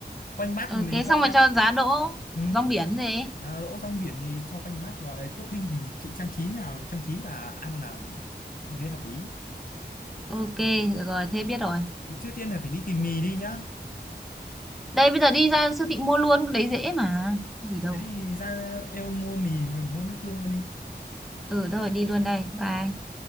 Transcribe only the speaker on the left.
quanh bát
thì mình cho
ừ,
giá đỗ rong biển thì cho quanh bát gọi là topping thì chị trang trí nào trang trí là ăn là như thế hợp lý
nhưng trước tiên là phải đi tìm mì đi nhá
thế thì ra eo mua mì mua nước tương luôn đi
Vâng.